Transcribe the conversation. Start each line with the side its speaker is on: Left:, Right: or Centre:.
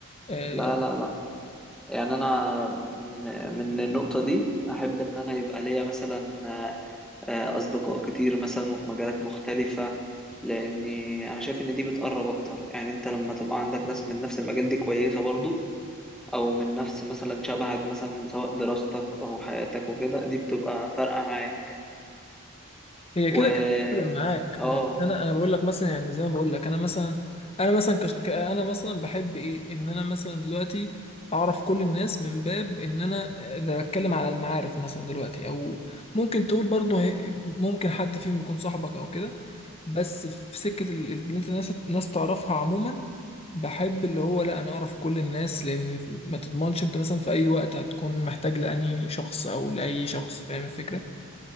Left: آه،
Centre: لا لا لا يعني انا م- من النقطه دي احب ان انا يبقى ليا مثلا آه، آه، اصدقاء كتير مثلا وفي مجالات مختلفه لاني انا شايف ان دي بتقرب اكتر يعني انت لما تبقى عندك ناس من نفس المجال دي كويسه برضو او من نفس مثلا شبهك مثلا سواء دراستك او حياتك وكده دي بتبقى فارقه معاك
Left: هي
Centre: و
Left: كده كده بتفرق معاك
Centre: اه
Left: بس انا انا بقول لك مثلا يعني زي ما بقول لك انا مثلا انا مثلا كش... ك- انا مثلا بحب ايه ان انا مثلا دلوقتي اعرف كل الناس من باب ان انا اذا بتكلم على المعارف مثلا دلوقتي او ممكن تقول برضه هي- ممكن حد فيهم يكون صاحبك او كده بس في سكة ال- ال- ان انت ناس ناس تعرفها عموما بحب اللي هو لا انا اعرف كل الناس لان ما تضمنش انت مثلا في اي وقت هتكون محتاج لانهي شخص او لاي شخص فاهم الفكرة